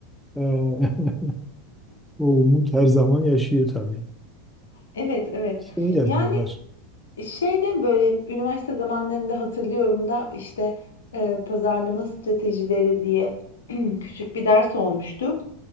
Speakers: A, in the centre; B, on the left.
A: Ee, <laughs> O umut her zaman yaşıyor tabii.
B: Evet, evet.
A: Şey yapıyorlar.
B: Yani şeyde böyle üniversite zamanlarında hatırlıyorum da işte e, pazarlama stratejileri diye <clears throat> küçük bir ders olmuştu.